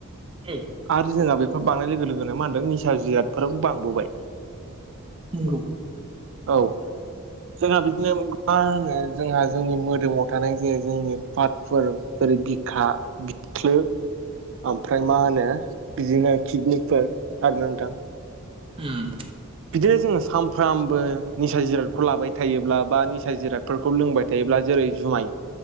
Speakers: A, on the right; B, on the right.
A: औ
B: आरो जोंहा बेफोर बांनाय लोगो लोगोनो मा होनदों निसा जिरादफोराब बांबोबाय
A: नंगौ
B: औ जोंहा बिदिनो मा होनो जोंहा जोंनि मोदोमाव थानाय जे जोंनि पाटफोर जेरै बिखा बिख्लो ओमफ्राय मा होनो बिदिनो किटनिकफोर आरो ना नोंथां
A: <unintelligible>
B: बिदिनो जोङो सानफ्रामबो निसा जिरादखौ लाबाय थायोब्ला बा निसा जिराद फोरखौ लोंबाय थायोब्ला जेरै जुमाय